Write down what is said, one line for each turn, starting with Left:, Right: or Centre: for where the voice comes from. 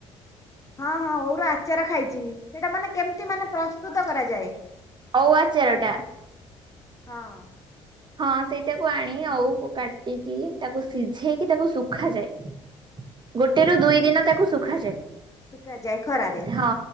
Left: ହଁ ହଁ ଓଉର ଆଚାର ଖାଇଛି। ସେଇଟା ମାନେ କେମତି ମାନେ ପ୍ରସ୍ତୁତ କରାଯାଏ?
Right: ଓଉ ଆଚାରଟା।
Left: ହଁ
Right: ହଁ ସେଇଟାକୁ ଆଣି ଓଉକୁ କାଟିକି ତାକୁ ସିଝେଇକି ତାକୁ ଶୁଖାଯାଏ। ଗୋଟେରୁୁ ଦୁଇ ଦିନ ତାକୁ ଶୁଖାଯାଏ।
Left: ସୁଖା ଯାଏ ଖରାରେ।
Right: ହଁ